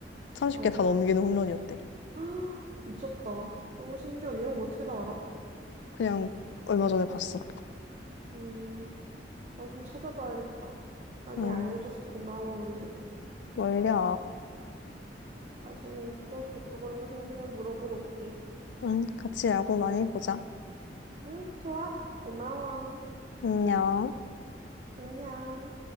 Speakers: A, on the left; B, on the right.
A: 30개
B: 어.
A: 다 넘기는 홈런이었대.
B: <gasps> 미쳤다. 너무 신기하다. 이런 거 어떻게 다 알아?
A: 그냥 얼마 전에 봤어.
B: 음. 나 좀 찾아봐야겠다. 많이
A: 응,
B: 알려줘서 고마워, 오늘.
A: 멀려.
B: 나중에 또 궁금한 거 생기면 물어보러 올게.
A: 응, 같이 야구 많이 보자.
B: 응, 좋아. 고마워.
A: 안녕.
B: 안녕.